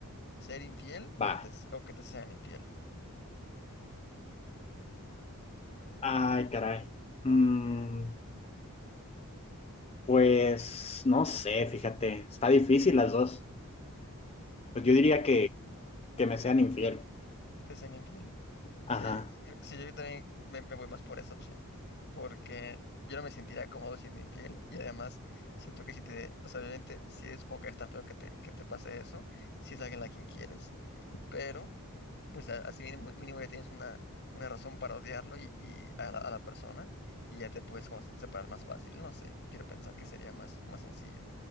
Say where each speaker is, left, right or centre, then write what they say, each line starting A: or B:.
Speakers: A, on the left; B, on the left.
A: ¿Ser infiel
B: Va.
A: o que te, o que te sean infiel?
B: Ay, caray. Mm, pues no sé, fíjate, está difícil las dos. Pues
A: Ujú.
B: yo diría que, que me sean infiel.
A: ¿Que te sean infiel? Sí,
B: Ajá.
A: yo, creo- sí, yo también me, me voy más por esa opción, porque yo no me sentiría cómodo siendo infiel y además siento que si te, o sea, obviamente sí supongo que está feo que te, que te pase eso, si es alguien a quien quieres, pero pues a- así mínimo, mínimo ya tienes una, una razón para odiarlo y, y a la, a la persona y ya te puedes como separar más fácil, no sé, quiero pensar que sería más, más sencillo.